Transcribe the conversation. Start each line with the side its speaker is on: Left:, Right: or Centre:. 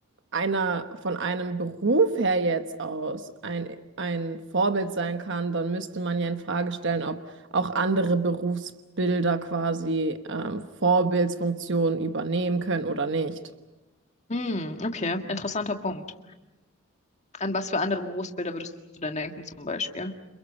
Right: einer von einem Beruf her jetzt aus ein, ein Vorbild sein kann, dann müsste man ja in Frage stellen, ob auch andere Berufsbilder quasi ähm, Vorbildsfunktionen übernehmen können oder nicht.
Left: Hm, okay, interessanter Punkt. An was für andere Berufsbilder würdest du denn denken, zum Beispiel?